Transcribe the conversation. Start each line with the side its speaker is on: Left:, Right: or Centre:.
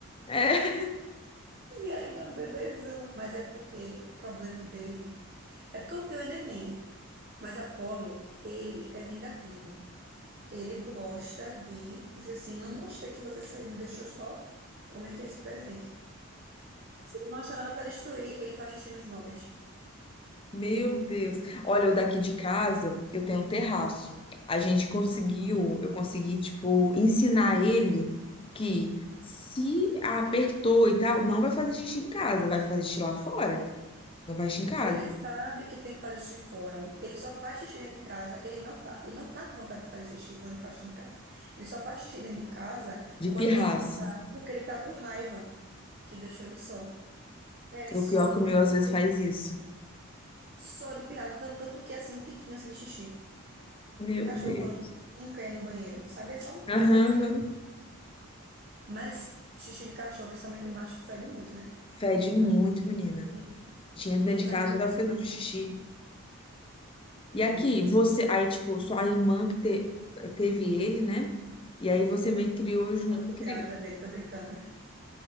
Left: É,
Right: E ainda é um bebezão. Mas é porque o problema dele. É porque o teu é neném. Mas Apolo, ele é vingativo. Ele gosta de dizer assim: não gostei que você saiu, me deixou só. Tome aqui esse presente. Se ele não achar nada pra destruir, ele faz xixi nos móveis.
Left: meu Deus. Olha, o daqui de casa, eu tenho um terraço. A gente conseguiu, eu consegui, tipo, ensinar ele que se apertou e tal, não vai fazer xixi em casa, vai fazer xixi lá fora. Não vai xixi em casa.
Right: Ele sabe que tem que fazer xixi fora. Ele só faz xixi dentro de casa. Ele não tá, ele não tá com vontade de fazer xixi quando ele faz xixi em casa. Ele só faz xixi dentro de casa
Left: De
Right: quando
Left: pirraça.
Right: a gente sai, porque ele tá com raiva que deixou ele só. É só
Left: E O pior
Right: de
Left: que
Right: pirra-
Left: o meu às
Right: porque
Left: vezes faz isso.
Right: só de pirraça, tan- tanto que assim um tiquinho assim de xixi.
Left: Meu
Right: Cachorro
Left: Deus.
Right: quando não quer ir no banheiro, sabe? É só um-
Left: Aham.
Right: aquele, mas xixi de cachorro, principalmente macho, fede muito, né?
Left: Fede muito, menina.
Right: E
Left: Tinha dentro
Right: Ele já
Left: de casa,
Right: mijou
Left: já
Right: minha
Left: dá o
Right: cama
Left: fedor de xixi. E
Right: muito.
Left: aqui, você, aí, tipo, sua irmã que te- teve ele, né? E aí você meio que criou junto.
Right: Foi, ficou grávida
Left: <laughs>
Right: dele, tô brincando.